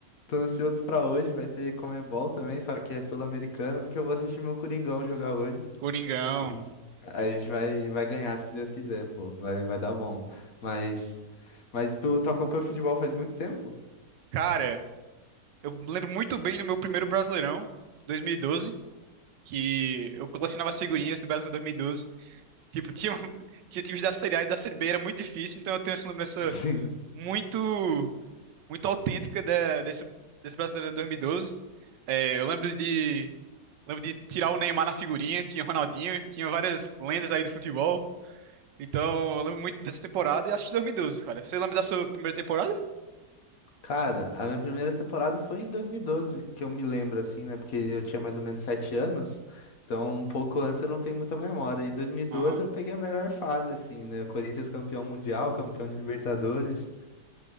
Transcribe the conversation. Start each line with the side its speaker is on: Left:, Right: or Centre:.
Left: Tô ansioso pra hoje, vai ter Comebol também, só que é sul-americano, porque eu vou assistir meu Coringão jogar hoje.
Right: Coringão.
Left: E a gente, a gente vai, vai ganhar, se Deus quiser, pô. Vai, vai dar bom. Mas, mas tu, tu acompanha futebol faz muito tempo?
Right: Cara, eu lembro muito bem do meu primeiro Brasileirão, 2012, que eu colecionava figurinhas do Brasileirão 2012. Tipo, tinha, <laughs> tinha times da Série A e da Série B, era muito difícil, então eu tenho essa lembrança
Left: <laughs> Sim.
Right: muito, muito autêntica da- desse, desse Brasileirão 2012. É, eu lembro de, lembro de tirar o Neymar na figurinha, tinha Ronaldinho, tinha várias lendas aí do futebol. Então, eu lembro muito dessa temporada e acho que 2012, cara. Você lembra da sua primeira temporada?
Left: Cara, a minha primeira temporada foi em 2012, que eu me lembro assim, né? Porque eu tinha mais ou menos sete anos, então um pouco antes eu não tenho muita memória. E 2012
Right: Aham,
Left: eu peguei a melhor fase, assim, né? O Corinthians campeão mundial, campeão de Libertadores,